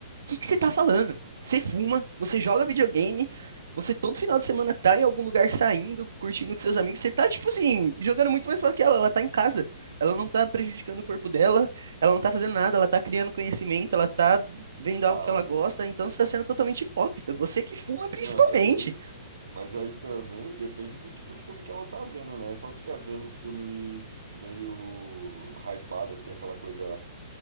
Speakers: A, on the right; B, on the right.
A: que que você tá falando? Você fuma, você joga videogame, você todo final de semana tá em algum lugar saindo, curtindo com seus amigos, você tá, tipo assim, jogando muito mais fora que ela, ela tá em casa. Ela não tá prejudicando o corpo dela, ela não tá fazendo nada, ela tá criando conhecimento, ela tá vendo
B: Ah,
A: algo que ela
B: mas
A: gosta, então você tá sendo totalmente hipócrita. Você que fuma principalmente.
B: Não, mas aí, mas aí também depende do tipo de filme que ela tá vendo, né? Se ela estiver vendo uns filmes meio hypado, assim, aquela coisa